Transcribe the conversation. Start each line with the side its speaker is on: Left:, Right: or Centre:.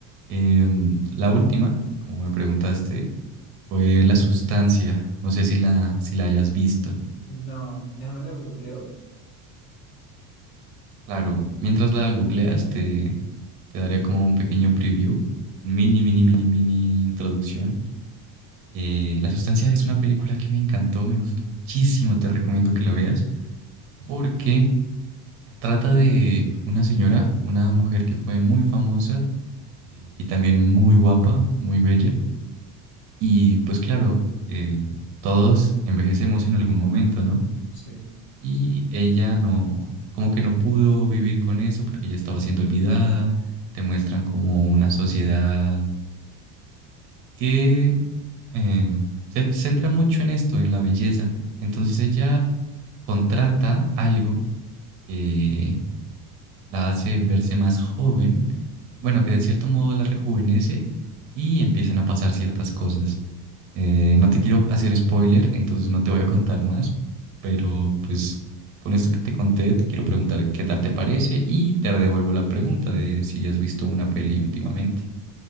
Right: Em, la última, como me preguntaste, fue La Sustancia, no sé si la, si la hayas visto.
Left: No, déjame la googleo.
Right: Claro, mientras la googleas te, te daré como un pequeño preview, mini, mini, mini, mini introducción Eh, La Sustancia es una película que me encantó, me gustó muchísimo, te recomiendo que la veas porque trata de una señora, una mujer que fue muy famosa eh, y también muy guapa, muy bella. Y pues claro, eh, todos envejecemos en algún momento, ¿no?
Left: Sí.
Right: Y ella no, como que no pudo vivir con eso porque ya estaba siendo olvidada. Te muestran como una sociedad que eh, se centra mucho en esto, en la belleza. Entonces ella contrata algo que la hace verse más joven, bueno, que de cierto modo la rejuvenece y empiezan a pasar ciertas cosas. Eh, no te quiero hacer spoiler, entonces
Left: Ujú.
Right: no te voy a contar más, pero pues con esto que te conté, te quiero preguntar qué tal te parece y te devuelvo la pregunta de si has visto una peli últimamente.